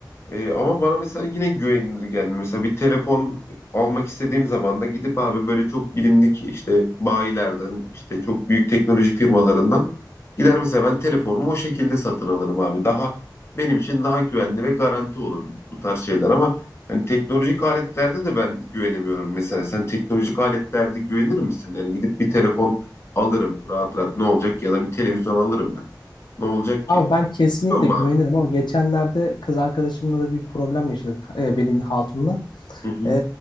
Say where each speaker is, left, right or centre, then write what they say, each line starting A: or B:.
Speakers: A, on the left; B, on the left.
A: Ee, ama bana mesela yine güvenilir gelmiyor. Mesela bir telefon almak istediğim zaman da gidip abi böyle çok bilindik işte bayilerden, işte çok büyük teknoloji firmalarından gider mesela ben telefonumu o şekilde satın alırım abi. Daha benim için daha güvenli ve garanti olur bu tarz şeyler ama hani teknolojik aletlerde de ben güvenemiyorum. Mesela sen teknolojik aletlerde güvenir misin? Yani gidip bir telefon alırım rahat rahat ne olacak ya da bir televizyon alırım ben. Ne olacak
B: Abi
A: ki?
B: ben kesinlikle
A: Biliyor musun
B: güvenirim
A: abi?
B: ama geçenlerde kız arkadaşımla da bir problem yaşadık e, benim hatunla.
A: Hı hı.
B: E,